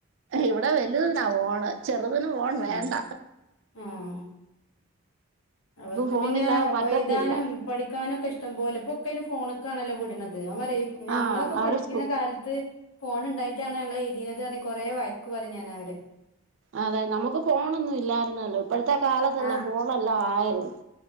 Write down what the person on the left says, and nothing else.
ഉം
ആഹ് അവർക്ക്
പിന്നെ
വെയ്താനും പഠിക്കാനൊക്കെ ഇഷ്ടം പോലെ ഇപ്പൊക്കെ അയ്ന് ഫോണ്ക്കാണല്ലൊ വിടുന്നത് ഞാൻ പറയും ഞങ്ങളൊക്കെ
പഠിച്ചീന
കാല ത്ത് ഫോണ് എണ്ടായിറ്റാണോ ഞങ്ങളെഴുതീനത് പറഞ്ഞ് കൊറേ വഴക്ക് പറയും ഞാനവരെ
ആഹ്